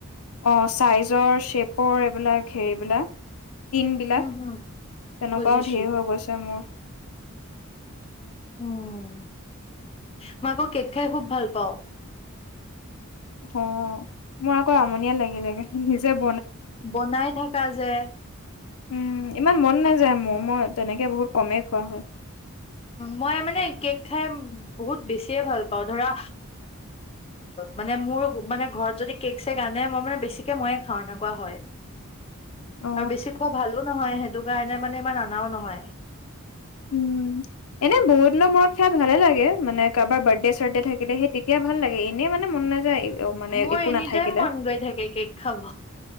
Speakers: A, on the left (about 85°); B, on the left (about 25°).
A: অ চাইজৰ শ্বেপৰ এইবিলাক হেৰিবিলাক। টিন বিলাক
B: হুম,
A: তেনেকুৱাও
B: হুম বুজিছো।
A: ধেৰ হৈ গৈছে মোৰ।
B: উম মই আকৌ কেক খায় খুব ভাল পাওঁ।
A: অ মোৰ আকৌ আমনিয়ে লাগিলেগে নিজে
B: বনাই থাকা যে।
A: উম ইমান মন নাযায় মোৰ মই তেনেকে বহুত কমেই খোৱা হয়।
B: মই মানে কেক খাই বহুত বেছিয়ে ভাল পাওঁ ধৰা মানে মোৰ মানে ঘৰত যদি কেক চেক আনে মই মানে বেছিকে ময়ে খাওঁ এনেকুৱা হয়।
A: অ
B: আৰু বেছি খোৱা ভালো নহয় সেইটো কাৰণে মানে ইমান আনাও নহয়।
A: উম এনে বহুত দিনৰ মূৰত খাই ভালে লাগে মানে কাৰোবাৰ বাৰ্থডে চাৰ্থডে থাকিলে সেই তেতিয়া ভাল লাগে, এনেই মানে মন নাযায়। মানে
B: মোৰ
A: একো
B: এনিটাইম
A: নাথাকিলে
B: মন গৈ থাকে কেক খাব।